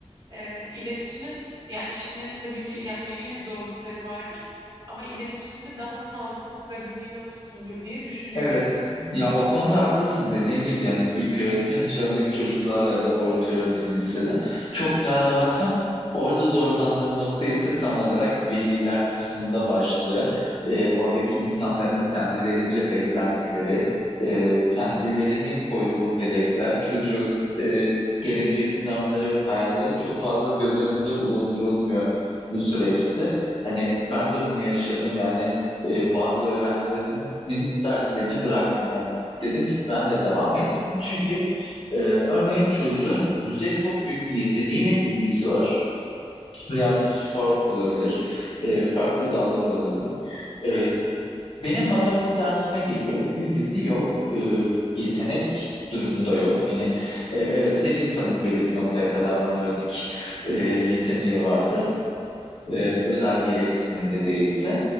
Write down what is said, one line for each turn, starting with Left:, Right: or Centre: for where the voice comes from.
Right: e, iletişimin ya işini tabii ki ya eminim zorlukları vardır ama iletişimini daha sağlıklı kurabiliyorsundur diye düşünüyorum.
Left: Evet. Ya o konuda haklısın. Dediğin gibi yani ilköğretim çağındaki çocuklarla ya da orta öğretim lisede çok daha rahatım. Orada zorlandığım nokta ise tam olarak veliler kısmında başlıyor. Ee, oradaki insanların kendilerince beklentileri, e, kendilerinin koyduğu hedefler, çocuğun e, gelecek planları, hayalleri çok fazla göz önünde bulundurulmuyor bu süreçte. Hani ben de bunu yaşadım yani e, bazı öğrencilerin öğretmenlik derslerini bıraktım. Yani dedim ki ben de devam etmeyeyim. Çünkü e, örneğin çocuğun müziğe çok büyük bir yeteneği ve ilgisi var. Veya bu spor olabilir, e, farklı dallar olabilir. E, benim matematik dersime geliyor, ilgisi yok, e, yetenek durumu da yok. Yani e, evet her insanın belli bir noktaya kadar matematik e, yeteneği vardır e, özel gereksinimli değilse.